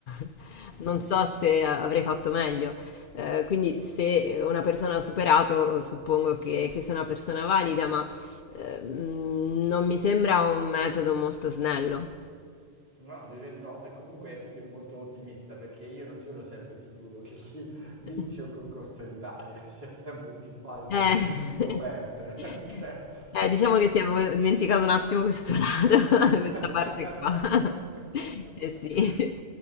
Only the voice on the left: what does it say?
<laughs>
non so se avrei fatto meglio. Eh, quindi se una persona ha superato, suppongo che, che sia una persona valida, ma eh, mh, non mi sembra un metodo molto snello.
<laughs>
Eh,
<laughs>
eh, diciamo che ti avevo
dimenticato un attimo questo lato,
<laughs> questa parte qua. <laughs> Eh sì,